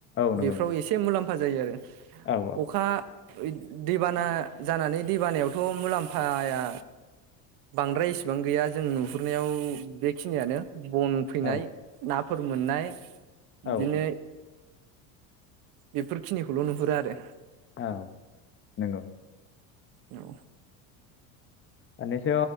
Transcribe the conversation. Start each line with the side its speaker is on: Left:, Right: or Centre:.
Left: नंगौ
Right: बेफ्राव एसे मुलाम्फा <unintelligible> जायो आरो
Left: नोंथां
Right: अखा ओ दैबाना जानानै दैबानायावथ' मुलाम्फाया बांद्राया इसेबां गैया जों नुहुरनायाव बेखिनियानो बन फैनाय
Left: औ
Right: नाफोर मोननाय बिदिनो
Left: औ औ
Right: बेफोरखिनिखौल' नुहुरो आरो
Left: औ नंगौ
Right: औ
Left: मानिथ'